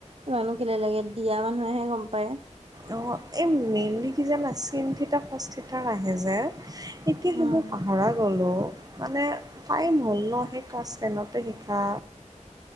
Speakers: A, on the right; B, on the right.
A: <unintelligible> লাগে দিয়া মানুহেহে গম পায়
B: অঁ এই মেইনলি কি যানা চেন থিটা ক'চ থিটা নাহে যে এতিয়া
A: উম।
B: সেইবোৰ পাহৰা গ'লোঁ মানে টাইম হ'ল ন সেই ক্লাছ টেনতে শিকা